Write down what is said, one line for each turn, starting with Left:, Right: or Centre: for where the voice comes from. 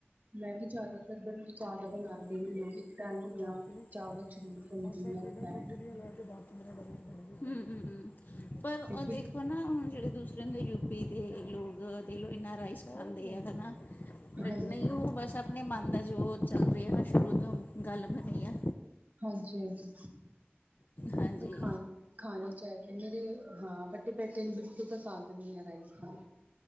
Right: ਮੈਂ ਵੀ ਜ਼ਿਆਦਾਤਰ ਬ ਚਾਵਾਲ ਬਣਾ
Left: ਉਹਨੇ
Right: ਦੇਣੀ
Left: ਜੀ
Right: ਹ ਇੱਕ ਟਾਈਮ
Left: ਘੱਟੋ ਘੱਟ ਲਾਸਟ
Right: ਆ
Left: ਨੂੰ
Right: ਚਾਵਲ ਜਰੂਰ ਦੁਨੀਆਂ
Left: ਪੰਜ ਸੱਤ ਟ੍ਰੇਡਾਂ
Right: ਦੀ ਪੈਂਡ
Left: ਛੋਟੀ ਛੋਟੀਆਂ ਹਮ ਹਮ ਪਰ ਉਹ
Right: ਕਿਉਂਕਿ
Left: ਦੇਖੋ ਨਾ ਹੁਣ ਜਿਹੜੇ ਦੂਸਰੇ ਯੂਪੀ ਦੇ ਲੋਕ ਦੇ ਲਓ ਇੰਨਾ ਰਾਈਸ ਖਾਂਦੇ ਆ ਹੈ ਨਾ ਬਟ
Right: ਹਾਂਜੀ
Left: ਨਹੀਂ ਉਹ ਬਸ ਆਪਣੇ ਮਨ ਦਾ ਜੋ ਚੱਲ ਰਿਹਾ ਹੈ ਨਾ ਸ਼ੁਰੂ ਤੋਂ ਗੱਲ ਬਣੀ ਆ
Right: ਹਾਂਜੀ ਹਾਂਜੀ
Left: ਹਾਂਜੀ
Right: ਖਾ ਖਾਣੇ ਚਾਹੀਦੇ ਨੇ ਹਾਂ ਬਟੇ ਬੇਟੇ ਨੂੰ ਬਿਲਕੁਲ ਪਸੰਦ ਨਹੀਂੀ ਹੈ ਰਾਈਸ ਖਣ